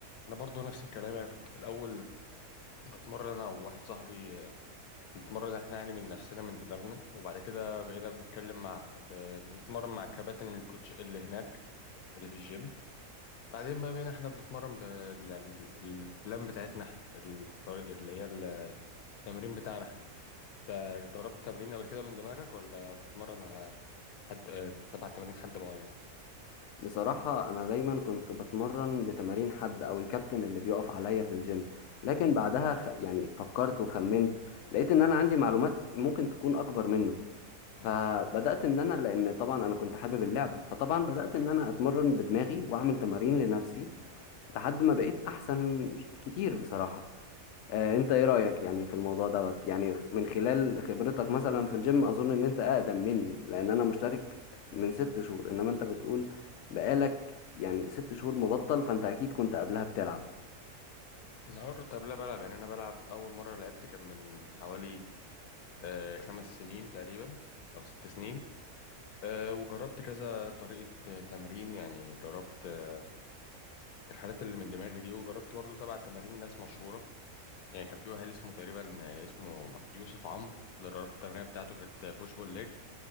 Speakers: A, on the left (about 80°); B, on the left (about 65°).
A: انا برضو نفس الكلام يعني كنت في الاول بتمرن انا وواحد صاحبي آه، نتمرن احنا يعني من نفسنا من دماغنا وبعد كده بقينا بنتكلم مع ب... نتمرن مع الكباتن الكوتش اللي هناك اللي في الجيم بعدين بقى بقينا احنا بنتمرن ب... يعني ال- البلان بتاعتنا احنا الطريق اللي هي التمرين بتاعنا احنا انت جربت تمرين قبل كده من دماغك ولا بتتمرن على حد آه، تبع تمارين حد معين؟
B: بصراحة انا دايما كنت بتمرن بتمارين حد او الكابتن اللي بيقف عليا في الجيم لكن بعدها خ... يعني فكرت وخمنت لقيت ان انا عندي معلومات ممكن تكون اكبر منه
A: مم.
B: فبدات ان انا لان طبعا انا كنت حابب اللعبه فطبعا بدات ان انا اتمرن بدماغي واعمل تمارين لنفسي لحد ما بقيت احسن كتير بصراحه آه انت ايه رايك يعني في الموضوع دوت يعني من خلال خبرتك مثلا في الجيم اظن ان انت اقدم مني لان انا مشترك من ست شهور انما انت بتقول بقالك يعني ست شهور مبطل فانت اكيد كنت قبلها بتلعب
A: انا كنت قبلها بلعب يعني انا بلعب اول مره لعبت كان من حوالي آه، خمس سنين تقريبا أو ست سنين آه، وجربت كذا طريقة آه، تمرين يعني جربت آه، الحاجات اللي من دماغي دي وجربت برضو تبع تمارين ناس مشهورة يعني كان في واحد اسمه تقريبا آه، اسمه يوسف عمرو ده جربت التمرين بتاعته كانت بوش بول ليج